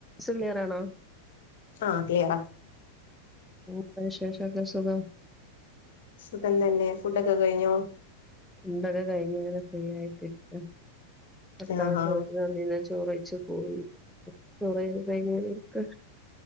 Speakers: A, in the centre; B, on the left.
A: സ് ക്ലിയറാണോ
B: ആഹ ക്ലിയറാ
A: <unintelligible> ശേഷക്കെ സുഖം
B: സുഖം തന്നെ ഫുഡൊക്കെ കയിഞ്ഞേ
A: ഉണ്ടൊക്കെ കഴിഞ്ഞങ്ങനെ ഫ്രീ ആയിട്ടിരിക്ക പത്താമത്തെ
B: ആഹാ
A: വീട്ട്ന്നീന്ന ചോറ് കഴിച്ചു പോയി <unintelligible> വൈകുന്നേരായിക്കോ